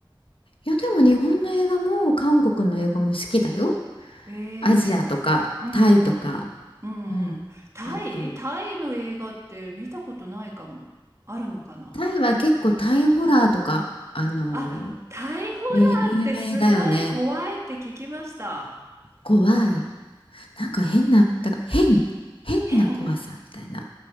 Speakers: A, on the left; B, on the right.
A: いや、でも日本の映画も韓国の映画も好きだよ。
B: え
A: アジアとかタイとか。
B: えうんうんうん。うんうん。
A: うん。
B: タイタイの映画って見たことないかも。
A: あと、
B: あるのかな
A: タイは結構タイホラーとか、あのー
B: あ、タイホ
A: ね、有名だよね。
B: ラーってすごい怖いって聞きました。
A: 怖い。なんか変な、だから変、変な怖さみたいな。
B: 変